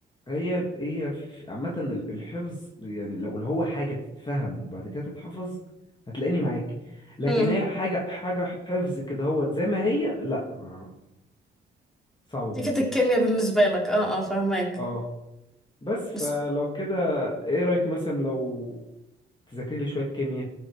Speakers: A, on the left; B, in the centre.
A: هي هي ف- عامة ال- الحفظ يعني لو اللي هو حاجة تتفهم وبعد كده تتحفظ هتلاقيني معاكي لكن
B: امم
A: هي حاجة حاجة حفظ كده هو زي ما هي لا ما صعبة
B: دي
A: بالنسبة
B: كانت الكيمياء
A: لي
B: بالنسبه لك اه اه فهمك
A: اه بس فلو
B: بس
A: كده ايه رأيك مثلا لو تذاكري لي شوية كيمياء